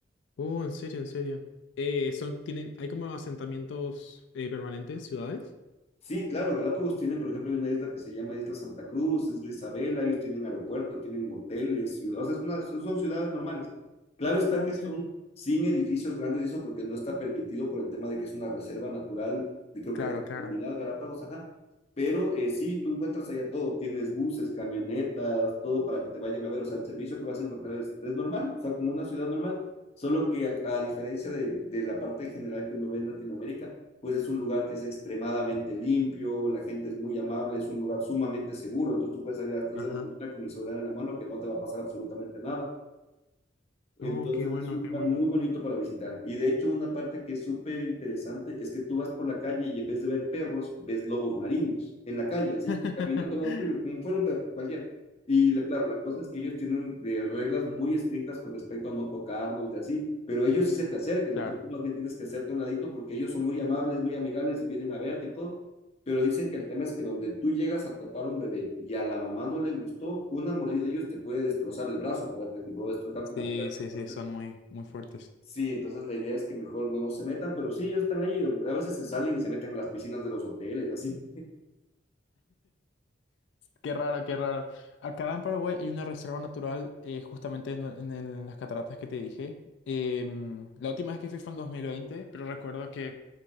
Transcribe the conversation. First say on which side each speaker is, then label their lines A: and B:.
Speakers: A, on the left (about 70°); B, on the left (about 35°).
A: Oh, en serio, en serio. Eh, son, tienen, hay como asentamientos eh, permanentes, ciudades.
B: Sí, claro, Galápagos tiene, por ejemplo, hay una isla que se llama Isla Santa Cruz, Isla Isabela, ellos tienen aeropuerto, tienen hoteles, ciudades, o sea, es una- son ciudades normales. Claro está
A: Oh,
B: que
A: en
B: son
A: serio.
B: sin edificios grandes y eso porque no está permitido por el tema de que es una reserva natural, y creo
A: Claro,
B: que de la
A: claro.
B: humanidad, Galápagos, ajá. Pero eh, sí, tú encuentras allá todo, tienes buses, camionetas, todo para que te vayan a ver, o sea, el servicio que vas a encontrar es, es normal, o sea, como una ciudad normal, solo que a, a diferencia de, de la parte general que uno ve en Latinoamérica, pues es un lugar que es extremadamente limpio, la gente es muy amable, es un lugar sumamente seguro, entonces tú puedes salir a las tres
A: Ajá.
B: de la mañana con el celular en la mano que no te va a pasar absolutamente nada. Entonces
A: Oh, qué bueno,
B: es un lugar
A: qué bueno.
B: muy bonito para visitar. Y de hecho, una parte que es súper interesante es que tú vas por la calle y en vez de ver perros, ves lobos marinos en la calle, así,
A: <laughs>
B: caminando al lado tuyo, como fuera un perro, cualquier. Y la- claro, la cosa es que ellos tienen eh, reglas muy estrictas con respecto a no tocarlos, de así, pero ellos sí se te acercan,
A: Claro.
B: entonces tú más bien tienes que hacerte a un ladito porque ellos son muy amables, muy amigables y vienen a verte y todo. Pero dicen que el tema es que donde tú llegas a topar un bebé y a la mamá no le gustó, una mordida de ellos te puede destrozar el brazo, por ejemplo, o destrozarte
A: Sí,
B: una pierna.
A: sí, sí,
B: Entonces,
A: son muy, muy fuertes.
B: sí, entonces la idea es que mejor no, no se metan, pero sí, ellos están ahí. A veces se salen y se meten en las piscinas de los hoteles, así.
A: Qué raro, qué raro. Acá en Paraguay hay una reserva natural eh, justamente en, do- en el- las cataratas que te dije. Em, la última vez que fui fue en dos mil veinte pero recuerdo que